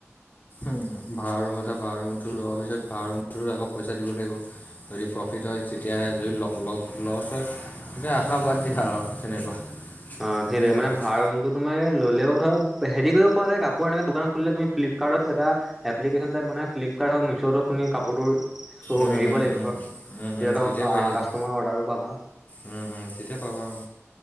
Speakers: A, on the left (about 35°); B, in the centre.
A: উম, ভাড়া ৰুম এটা ভাড়া ৰুমটো লোৱাৰ পিছত ভাড়া ৰুমটো আকৌ পইচা দিব লাগিব। যদি প্ৰফিট হয় তেতিয়াহে যদি ল ল লছ হয় এতিয়া আশা বাদ দিয়া আৰু তেনেকুৱা
B: অ সেইটোৱে
A: সেয়াই
B: মানে
A: আৰু।
B: ভাড়া ৰুমটো তোমাৰ ল'লেও ধৰা হেৰি কৰিব পৰা যায়, কাপোৰ এনেকৈ দোকান খুলিলে তুমি ফ্লিপকাৰ্টত এটা এপ্লিকেশ্যন টাইপ বনাই ফ্লিপকাৰ্ট হওক, মিছ'ত হওক তুমি কাপোৰটোৰ চ'
A: উম,
B: এৰিব
A: উম,
B: লাগিব
A: উম,
B: ধৰ, তেতিয়া
A: উম, উম,
B: ধৰক
A: পাৰি
B: কাষ্টমাৰ
A: আৰু
B: অৰ্ডাৰো পাবা।
A: উম উম তেতিয়া পাবা আৰু।